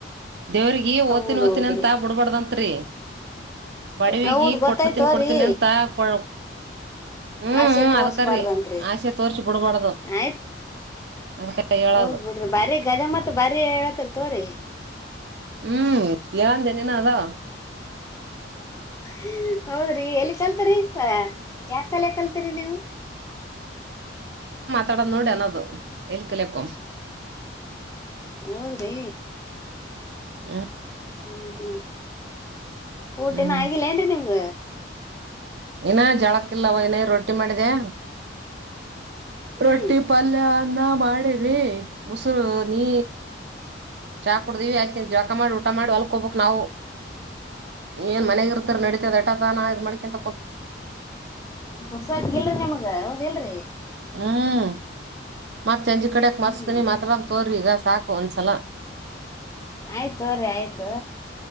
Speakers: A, on the right; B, on the left.
A: ದೇವ್ರಿಗೆ
B: ಹೌದೌದ್ರಿ
A: ಓ್ತಿನ ್ತಿನಿ ಅಂತ ಬಿಡ್ಬಾರಡ್ದತ್ರಿ ಬಡವಗ
B: ಹೌದ್ ಗೊತ್ತಾಯ್ತೋರಿ
A: ಕೊಡ್ತೀನ್ಿ ಕೊಡ್ತೀನಿ ಅಂತ ಕೊ ಹ್ಮ್
B: ಆಸೆ
A: ಹ್ಮ್
B: ತೋರ್ಸ್ಬಾರ್ದತ್ರಿ
A: ಅದಕರಿ ಆಸೆ ತೋರ್ಸಿ ಬಿಡ್ಬಾರ್ದು
B: ಆಯ್ತ್
A: ಅದಕ ಹೇಳದು
B: ಹದ್ ಬಿಿಡ್ರಿ ಬರಿ ಗದೆ ಮತ್ತ ಮ ಬಾರಿ ಹೇಳಕದ ತೋರಿ
A: ಹ್ಮ್ ಾಂತೆನನದಾ
B: ಹ್ಮ್ ಹೌದ್ರಿ ಎಲ್ಲಿ ಕಲ್ತ್ರಿ ಯಾವ ಸಲ ಕಲ್ತೀರಿ ನೀವು
A: ತಡನ್ನಡನದು ಎಏಲ್ಕಲಕ್ಕ
B: ಹ್ಮ ರೀ
A: ಹ್ಮ
B: ಹ್ಮ್ ಹ್ಮ್ ಊಟಿನ
A: ಹ್ಮ್
B: ಆಗಿಲ್ಲ ಏನ್ರಿ ನಿಮ್ದ
A: ಇನ ಜಳಕ್ ಇಿಲ್ಲವ ಇನ ರೊಟ್ಟಿ ಮಾಡಿದೆ
B: ಹ್ಮ್
A: ರೊಟ್ಟಿ ಪಲ್ಯ ನ ಮಾಡಳೆ ರ ಉಊಸರು ನೀ ಚಾ ಕುಡ್ದಿವವಿ ಆಯ್ತ ಜಾಕಾ ಮಾಡಿ ಊಟ ಮಾಡಿ ಹೊಲ್ಕ್ ಹೋಗಬಕ್ ನಾವು ಏನ್ ಮನೆಗ ಇರ್ತರ್ ನಡಿತತದ ಎಟಕ ನಾ ಇದ್ ಮಡಕಂತ
B: ಪುಸತ್ ಹೇಳರಿಿ ನಿಮಗ ಹೇಳರಿ
A: ಹ್ಮ್ ಮತ್ತತ್ ಅಂಜಿ ಕಡೆಕ್
B: ಹ್ಮ್
A: ಮಸ್ತಿನನಿ ಮಾತ್ರ್ ತೋರರಿ ಈಗ ಸಾಕು ಒಂದ್ಸಲ
B: ಆಯ್ತ ಅವ್ರೀ ಆಯ್ತು